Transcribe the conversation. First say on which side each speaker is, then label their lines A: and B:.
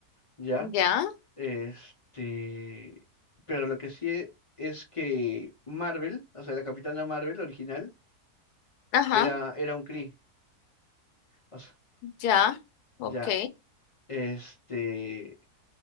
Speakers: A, on the left; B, on the left.
A: ¿ya?
B: Ya,
A: Este, pero lo que sí es que Marvel, o sea, la Capitana Marvel original,
B: ajá,
A: era, era un Kree, o sea,
B: ya, ok.
A: ya, este,